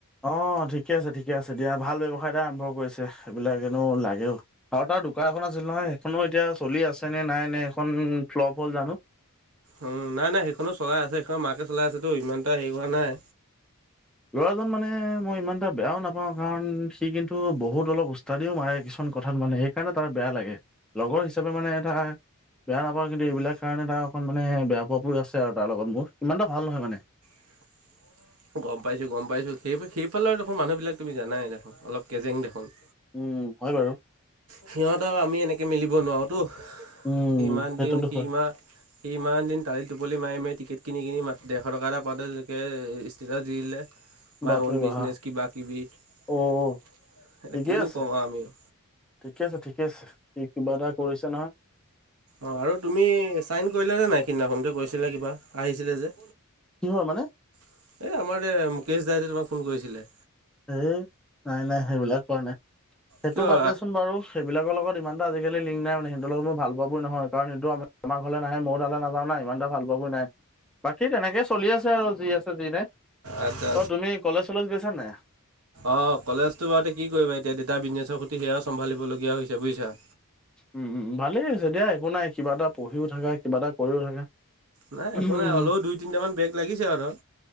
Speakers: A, in the centre; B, on the right.
A: অ', ঠিকে আছে, ঠিকে আছে দিয়া ভাল ব্য আৰম্ভ কৰিছে, এইবিলাকেনো লাগেও আৰু তাৰ আৰু দোকান এখন আছিল নহয়, সেইখনো এতিয়া চলি আছে। নে নাই নে, এখন ফ্লপ হ'ল জানোঁ।
B: উম, নাই, নাই সেইখনো চলাই আছে, সেইখন মাকে চলাই আছেতো ইমান এটা হেৰি কৰা নাই।
A: ল'ৰাজন মানে মই ইমান এটা বেয়াও নাপাওঁ, কাৰণ সি কিন্তু বহুত অলপ উচতাদিও মাৰে। কিছুমান কথাত মানে সেইকাৰণে তাৰ বেয়া লাগে, লগৰ হিচাপে মানে এটা। বেয়া নাপাওঁ কিন্তু এইবিলাক কাৰণে তাৰ অকণ মানে বেয়া পোৱাবোৰ আছে আৰু তাৰ লগত, মোৰ ইমান এটা ভাল নহয় মানে।
B: <inaudible> গম পাইছোঁ, গম পাইছোঁ সেই সেইফালৰ দেখোন মানুহবিলাক তুমি জানাই দেখোন অলপ কেজেং দেখোন।
A: উম, হয় বাৰু।
B: সিহঁত আৰু আমি এনেকে মিলিব নোৱাৰোতো।
A: উম,
B: সিমান
A: সেইটোতো
B: দিন সি,
A: হয়,
B: সি ইমান দিন তালি টোপলি মাৰি মেলি। টিকেট কিনি, কিনি মানে ডেৰশ টকা এটা পাওঁতে তেনেকে ষ্টেটাছ দি দিলে। মাই
A: বাপৰে
B: অন
A: বাহ!
B: বিজনেচ, কিবা, কিবি এ
A: অ' ঠিকে
B: কিনো
A: আছে,
B: কম আমিও।
A: ঠিকে আছে, ঠিকে আছে কি কিবা এটা কৰিছে নহয়।
B: অ', আৰু তুমি চাইন কৰিলা নে নাই, সিদিনাখনোতে কৈছিলা কিবা আহিছিলে যে?
A: কিহৰ মানে?
B: এ, আমাৰ এ মুকেশ দাইদে তোমাক ফোন কৰিছিলে।
A: এই নাই, নাই সেইবিলাক কৰা নাই সেইটো
B: কিয়
A: বাদ দিয়াচোন বাৰু সেইবিলাকৰ লগত। ইমানটা আজিকালি লিং নাই মানে, সেইটো লগত মই ভাল পোৱা পুই নহয়, কাৰণ সেইটো আমাৰ ঘৰ নে মইও তালৈ নাযাওঁ না ইমান এ ভাল পোৱা। হ'ব নাই। বাকী তেনেকে চলি আছে আৰু যি আছে যি নাই,
B: আচ্ছা
A: অ', তুমি কলেজ চলেজ গৈছা নে নাই।
B: অ', কলেজতো বাৰুতে কি কৰিবা এতিয়া দেউতাৰ বিজনেছৰ প্ৰতি সেয়াও চম্ভালিবলগীয়া হৈছে বুজিচা।
A: উম, ভালেই হৈছে দিয়া একো নাই, কিবা এটা পঢ়িও থাকা কিবা এটা কৰিও থাকা।
B: নাই
A: উম
B: একো নাই হ'লেও, দুই তিনিটামান বেক লাগিছে আৰু ধৰ।